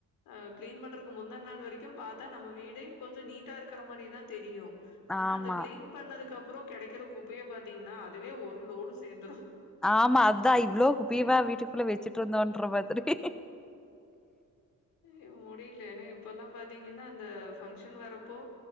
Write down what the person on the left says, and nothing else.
அஹ் கிளீன் பண்றக்கு முந்தன் நாள் வரிக்கு பாத்தா நம்ம வீடே கொஞ்ச நீட்டா இருக்கற மாரி தா தெரியு ஆனா
அந்த கிளீன் பண்ணதுக்க ப்றோ கெடைக்கற குப்பைய பாத்தீங்னா அதுவே ஒரு லோடு சேந்துரு
அய்யோ முடில ஏனா இப்பல்லா பாத்தீங்கன்னா அந்த ஃபங்க்ஷன் வரப்போ